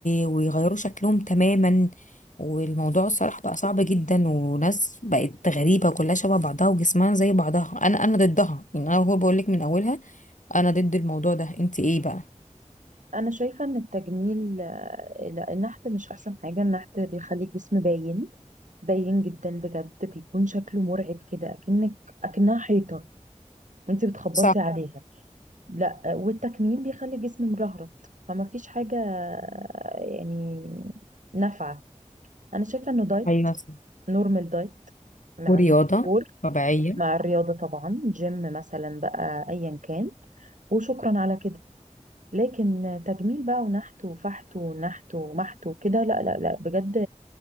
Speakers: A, on the left; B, on the right.
A: ويغيروا شكلهم تماما والموضوع الصراحة بقى صعب جدا وناس بقت غريبة كلها شبه بعضها وجسمها زي بعضها انا انا ضدها يعني انا هو بقول لك من اولها انا ضد الموضوع ده انت ايه بقى
B: انا شايفة ان التجميل آه، لا النحت مش احسن حاجة النحت بيخلي الجسم باين باين جدا بجد بيكون شكله مرعب كده اكنك اكنها حيطة وانت بتخبطي
A: صح
B: عليها لا آه، والتكميم بيخلي الجسم مرهرة فما فيش حاجة آه، يعني نافعة انا شايفة انه دايت
A: ايوه صح
B: نورمال دايت من
A: ورياضة
B: عند دكتور
A: طبيعية
B: مع الرياضة طبعا جيم مثلا بقى أيا كان وشكرا على كده لكن تجميل بقى ونحت وفحت ونحت ومحت وكده لا لا لا بجد